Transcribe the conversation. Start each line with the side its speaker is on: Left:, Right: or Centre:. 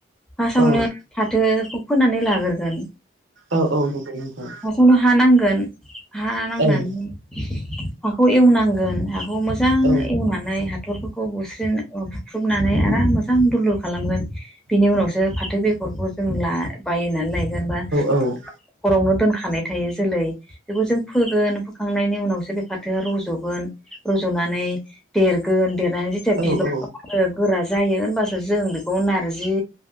Centre: फास्टावनो
Right: औ
Centre: फाथोखौ फोनानै लाग्रोगोन।
Right: औ औ नंगौ नोंथां।
Centre: फार्स्टावनो हानांगोन हा नांनानै
Right: औ
Centre: हाखौ एवनांगोन हा खौ मोजां
Right: औ
Centre: एवना नै हाथरफोरखौ बुस्रि बुख्रुबनानै आराम मोजां दुल दुल खालामगोन। बिनि उनावसो फाथो बेगरखौ जों ला बायनानै लायगोन बा नवावनो
Right: औ
Centre: दोनखानाय थायो जोलै। बेखौ जों फोगोन फोखांनायनि उनावसो बे फाथोआ रज'गोन। रज'नानै देरगोन देरनानै जेथिया
Right: औ
Centre: बिबार
Right: औ
Centre: गोरा जायो होनबासो जों बेखौ नारजि